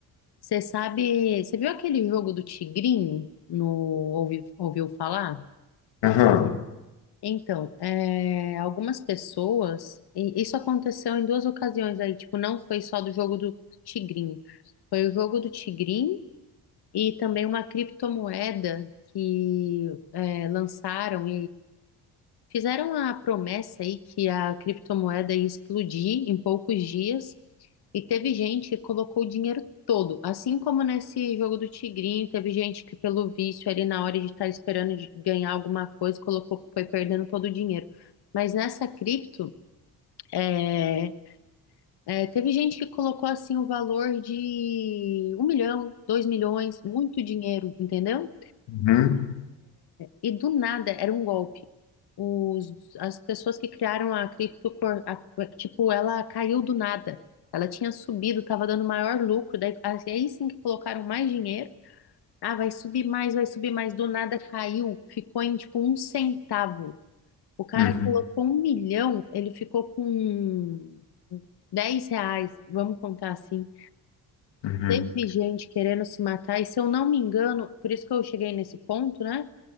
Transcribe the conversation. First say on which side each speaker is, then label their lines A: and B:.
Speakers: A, on the left; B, on the left.
A: Você sabe, você viu aquele jogo do Tigrinho? No, ouvi- ouviu falar?
B: Aham.
A: Então, é, algumas pessoas, e isso aconteceu em duas ocasiões aí, tipo, não foi só do jogo do Tigrinho, foi o jogo do Tigrinho e também uma criptomoeda que é, lançaram Fizeram a promessa aí que a criptomoeda ia explodir em poucos dias e teve gente que colocou o dinheiro todo, assim como nesse jogo do Tigrinho, teve gente que pelo vício ali na hora de estar esperando de ganhar alguma coisa, colocou, foi perdendo todo o dinheiro. Mas nessa cripto, é, é, teve gente que colocou assim o valor de um milhão, dois milhões, muito dinheiro, entendeu?
B: Uhum.
A: E do nada era um golpe. Os, as pessoas que criaram a cripto, a- tipo, ela caiu do nada. Ela tinha subido, estava dando maior lucro. Daí, assim, aí sim que colocaram mais dinheiro. Ah, vai subir mais, vai subir mais. Do nada caiu, ficou em tipo um centavo. O cara
B: Uhum.
A: colocou um milhão, ele ficou com 10 reais, vamos contar assim.
B: Uhum.
A: Teve gente querendo se matar, e se eu não me engano, por isso que eu cheguei nesse ponto, né?